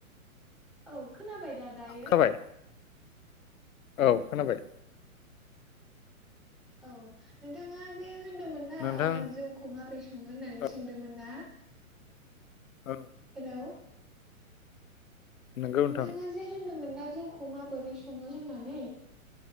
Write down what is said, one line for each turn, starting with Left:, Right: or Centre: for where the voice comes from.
Centre: औ खोनाबाय दा दायो?
Left: खोनाबाय औ खोनाबाय।
Centre: औ नोंथाङा जे होनदोंमोन ना
Left: नोंथां
Centre: ओ जौखौ माबोरै सङो होननानै
Left: औ
Centre: सोंदोंमोन ना?
Left: औ
Centre: हेल'
Left: नंगौ
Centre: नोंथाङा
Left: नोंथां
Centre: जे होनदोंमोन ना जौखौ माबोरै सङो होननानै?